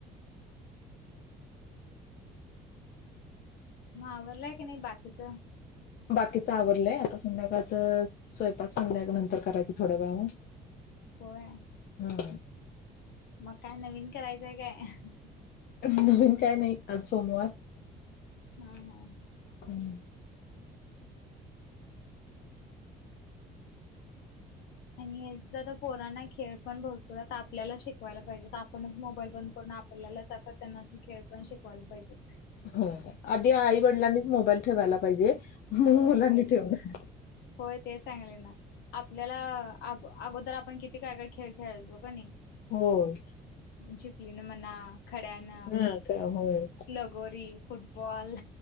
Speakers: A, on the left; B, on the left.
A: मगं आवरलाय की नाही बाकीच.
B: बाकीच आवरलय आता संध्याकाळचं स्वयंपाक संध्याकाळ नंतर करायचं थोड्या वेळान.
A: होय.
B: हम्म.
A: मगं काय नवीन करायचंय हाय काय.?
B: नवीन काय नाही आज सोमवार.
A: हा हा.
B: हम्म
A: आणि हेच आता पोरांना खेळ पण भरपूर आता आपल्याला शिकवायला पाहिजेत आपणच मोबाईल बंद करून. आपल्यालाच आता त्यांना खेळ पण शिकवायला पाहिजेत
B: हो आधी आई वडिलांनीच मोबाईल ठेवायला पाहिजे. मग
A: होय
B: मुलांनी ठेवणार
A: होय तेच सांगाले ना आपल्याला. अ अगोदर आपण किती काय काय खेळ खेळायचो कणी
B: होय
A: झिबली न म्हणा. खड्याण,
B: हा का होय
A: लगोरी, फुटबॉल,